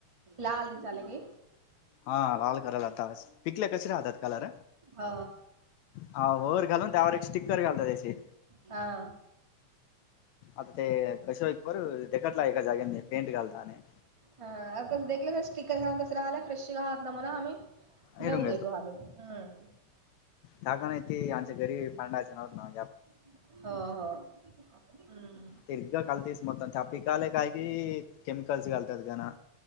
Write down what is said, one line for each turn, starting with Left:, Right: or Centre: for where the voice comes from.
Right: लाल दि चाले कऽ
Left: हा, लाल करायला तास,, पिकले कसे राहतात कलर?
Right: ह
Left: हा, वर घालून त्यावर एक स्टिक्कर घालत त्याचीऽ
Right: हा,
Left: आता ते, कशो एकक पर तेकतला एका जागे म पेंट घालता आणिऽ
Right: हा, तंखलं सीिकर घा तसं राहायला फ्रेशहात ना मला आम्हीऽ
Left: हिरून
Right: घेऊन घेतो आम्ही,, हम्म.
Left: त्यााकाण ते आमच्या गरी फांडायचे नव्हत ना.
Right: हो हो हम्
Left: तिरग कलतेस मत चप कााले काय क क केमिकलस कलतात गना